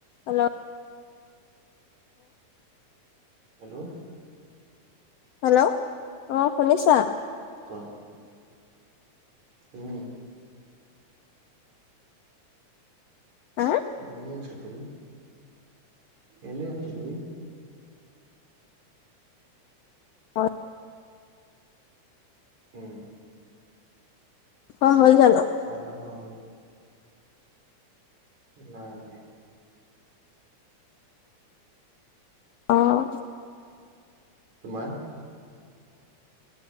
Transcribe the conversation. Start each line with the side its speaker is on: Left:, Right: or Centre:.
Left: হেল্ল'
Right: হেল্ল'
Left: হেল্ল' অ শুনিছা
Right: কফ উম
Left: হা
Right: এনেই আছো তুমি এনেই আছ তুমি
Left: হয়
Right: উম
Left: অ হয় জান
Right: চাৰকম নাই নাই
Left: অঁ
Right: তোমাৰ